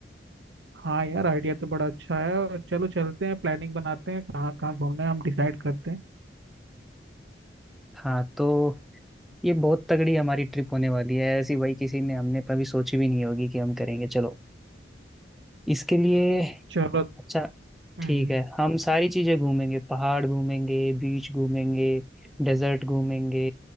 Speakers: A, on the right (about 75°); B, in the centre.
A: हाँ यार आइडिया तो बड़ा अच्छा है और चलो चलते हैं प्लानिंग बनाते हैं कहाँ कहाँ घूमना है हम डिसाइड करते हैं
B: हाँ तो ये बहुत तगड़ी हमारी ट्रिप होने वाली है ऐसी भाई किसी ने हमने कभी सोची भी नहीं होगी कि हम करेंगे चलो इसके लिए
A: चलो
B: अच्छा
A: हम्म
B: ठीक
A: हम्म,
B: है हम सारी चीजें घूमेंगे पहाड़ घूमेंगे बीच घूमेंगे डेजर्ट घूमेंगे